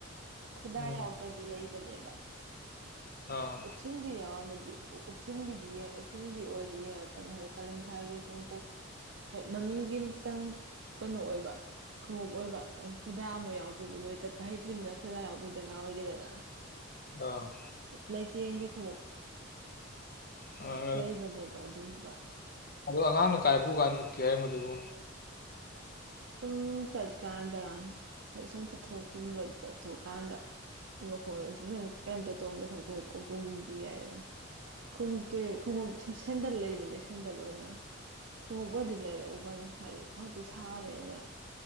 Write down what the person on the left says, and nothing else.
ꯎꯝ
ꯑꯥ
ꯑ
ꯑꯥ,
ꯑꯣ ꯑꯉꯥꯡꯅ ꯀꯥꯏꯄꯨ ꯀꯥꯏꯅ ꯎꯛꯀꯦ ꯍꯥꯏ ꯃꯗꯨꯕꯨ